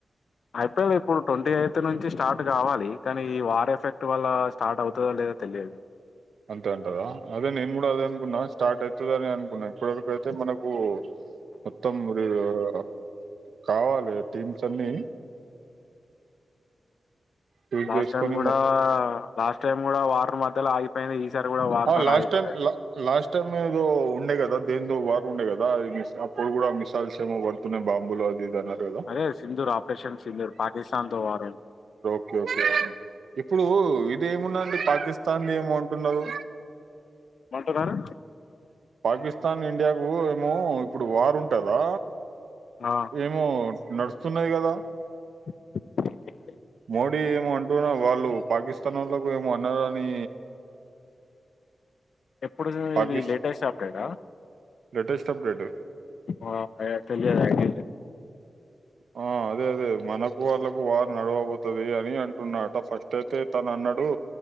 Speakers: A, on the left; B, on the right.
A: ఐపీఎల్ ఎప్పుడు ట్వంటీ ఎయిట్ త్ నుంచి స్టార్ట్ గావాలి కానీ ఈ వార్ ఎఫెక్ట్ వల్ల స్టార్ట్ అవుతుందో లేదో తెలియదు
B: అంతే అంటదా అదే నేను కూడా అదే అనుకున్నా స్టార్ట్ ఐతది అనే అనుకున్నా ఇప్పటివరకైతే మనకు మొత్తం <unintelligible> కావాలి టీమ్స్ అన్నీ చూజ్
A: లాస్ట్
B: చేసుకొని
A: టైం గూడా లాస్ట్ టైం గూడా వార్ మధ్యలో ఆగిపోయింది ఈసారి కూడా వార్తోనే
B: ఆ లాస్ట్
A: ఆగిపోతాది
B: టై లాస్ట్ టైమ్ ఇో ఉండగ అద దే వారు ఉండే కదా అది అప్పుడు కూడా మిసాల్స్ ఏమో పడుతున్నాయి బాంబులు అది అన్నారు కదా
A: అరే సిందూర్ ఆపరేషన్ సిందూర పాకిస్తన్తో వ
B: సక ఇప్పుడు ఇది ఏమున్నాండి పాకిస్తాన్ ఏ బాగుంటున్నారు
A: ఏమంటన్నారుారా
B: పాకిస్తాన్ ఇండియాకు ఏమో ఇప్పుడు వార్ ఉంటదా
A: ఆ,
B: ఏమో నడుస్తున్నాయి కదా
A: ్్
B: మోడీ ఏమో అంటున్నారు వాళ్ళు పాకిస్తానోల్లకు ఏమో అన్నారని
A: ఎప్పుడు ఇ
B: పాకిస్
A: ఇవి లేటెస్ట్ అప్డేటా
B: లేటెస్ట్ అప్డేట్
A: <inaudible>
B: ఆ అదే అదే మనకు వాళ్ళకు వార్ నడవబోతది అని అంటున్నడట ఫస్ట్ అయితే తన అన్నట్టు రు